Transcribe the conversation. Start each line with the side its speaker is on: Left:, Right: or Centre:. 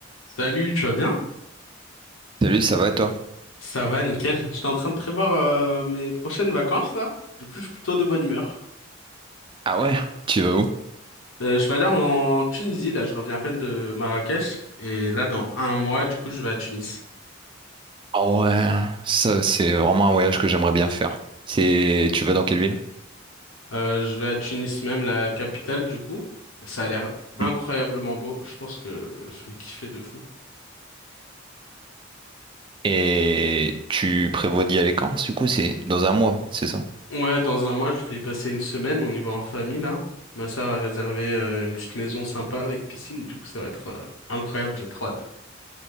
Left: Salut, tu vas bien?
Right: Salut, ça va et toi?
Left: Ça va, nickel. J'étais en train de prévoir euh, mes prochaines vacances là. Du coup, je suis plutôt de bonne humeur.
Right: Ah ouais, tu vas où?
Left: Euh, je vais aller en Tunisie là. Je reviens à peine de Marrakech et là, dans un mois, du coup, je vais à Tunis.
Right: Ah ouais, ça c'est vraiment un voyage que j'aimerais bien faire. C'est, tu vas dans quelle ville?
Left: Euh, je vais à Tunis même, la capitale du coup. Ça a l'air incroyablement
Right: Hmm.
Left: beau. Je pense que je vais kiffer de fou.
Right: Et tu prévois d'y aller quand? Du coup, c'est dans un mois, c'est ça?
Left: Ouais, dans un mois, je vais y passer une semaine. On y va en famille là. Ma sœur a réservé euh, une petite maison sympa avec piscine. Du coup, ça va être euh, incroyable. J'ai trop hâte.